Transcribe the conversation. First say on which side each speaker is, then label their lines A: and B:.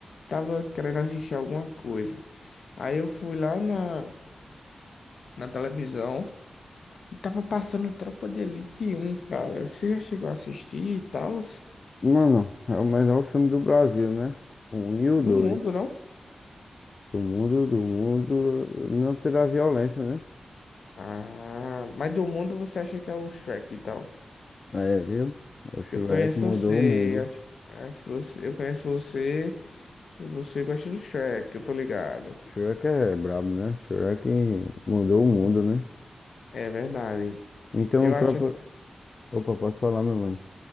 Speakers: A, on the left; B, on the left.
A: Tava querendo assistir alguma coisa. Aí eu fui lá na, na televisão e tava passando Tropa de Elite um, cara. Você já chegou a assistir e tal?
B: Mano, é o melhor filme do Brasil, né? O Um e o
A: Do
B: dois.
A: mundo, não?
B: Do mundo, do mundo, não pela violência, né?
A: Ah, mas do mundo você acha que é o Shrek e tal?
B: É, viu? O Shrek
A: Eu conheço
B: mudou
A: você,
B: o mundo.
A: acho, acho que você, eu conheço você e você gosta do Shrek, eu tô ligado.
B: Shrek é brabo, né? Shrek mudou o mundo, né?
A: É verdade.
B: Então,
A: Eu
B: tropa.
A: acho ass-
B: Opa, pode falar, meu mano?